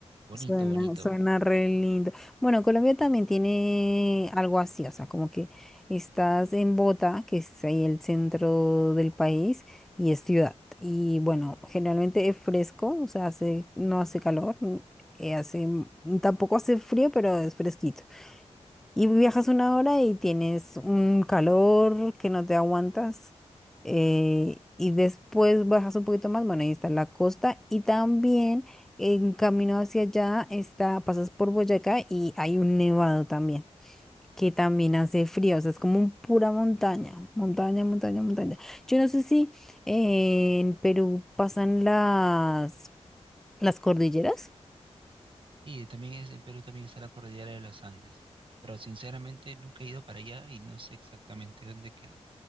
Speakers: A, on the right; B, in the centre.
A: Bonito,
B: Suena,
A: bonito.
B: suena re lindo. Bueno, Colombia también tiene algo así, o sea, como que estás en Bogotá, que es ahí el centro del país, y es ciudad. Y bueno, generalmente es fresco, o sea, hace, no hace calor, mm, eh, hace, mm, tampoco hace frío, pero es fresquito. Y viajas una hora y tienes un calor que no te aguantas. eh, y después bajas un poquito más, bueno, ahí está la costa. Y también en camino hacia allá está, pasas por Boyacá y hay un nevado también, que también hace frío. O sea, es como un pura montaña, montaña, montaña, montaña. Yo no sé si eh, en Perú pasan las, las cordilleras.
A: Y también es, en Perú también está la cordillera de los Andes, pero sinceramente nunca he ido para allá y no sé exactamente dónde queda.